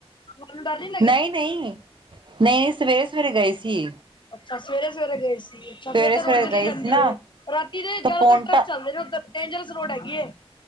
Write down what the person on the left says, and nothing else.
ਤੁਹਾਨੂੰ ਡਰ ਨ
ਅੱਛਾ ਸਵੇਰੇ-ਸਵੇਰੇ ਗਏ ਸੀ
ਅੱਛਾ ਫੇਰ ਤਾਂ
ਰੋਡ ਚਲੀ
ਜਾਂਦੀ
ਹੈ ਰਾਤੀ ਦੇ ਜਿਆਦਾਤਰ
ਟਰੱਕ ਚੱਲਦੇ ਨੇ ਉੱਧਰ ਡੇਂਜਰਸ ਰੋਡ ਹੈਗੀ ਏ।